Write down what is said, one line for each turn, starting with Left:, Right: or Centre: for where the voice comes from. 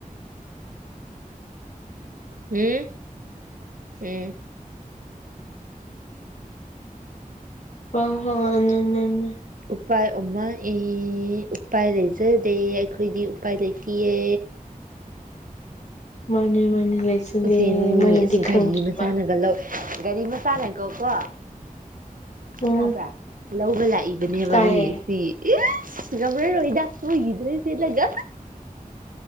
Right: ꯎꯝ ꯎꯝ
Left: <unintelligible>
Right: ꯎꯄꯥꯏ ꯑꯃ ꯑꯦ ꯎꯄꯥꯏ ꯂꯩꯖꯗꯦ ꯑꯩꯈꯣꯏꯗꯤ ꯎꯄꯥꯏ ꯂꯩꯇꯤꯌꯦ
Left: ꯃꯥꯅꯦ ꯃꯅ ꯂꯩꯖꯗꯦ
Right: ꯑꯁꯦꯡꯕ
Left: ꯃꯣꯏꯅꯗꯤ
Right: ꯃꯤ ꯑꯁ ꯒꯥꯔꯤ
Left: ꯈꯪꯗ꯭ꯕ
Right: ꯃꯆꯥꯅꯒ ꯂꯧ ꯒꯥꯔꯤ ꯃꯆꯥꯅꯦꯀꯣꯀꯣ
Left: ꯎꯝ
Right: ꯇꯕ꯭ꯔꯥ ꯂꯧꯕ ꯂꯥꯏ ꯑꯩꯕꯅꯦꯕ
Left: ꯇꯥꯏꯌꯦ
Right: ꯃꯤꯁꯤ ꯑꯦ <unintelligible> ꯅꯣꯏꯒꯤ ꯗ꯭ꯔꯦꯁ ꯁꯦꯠꯂꯒ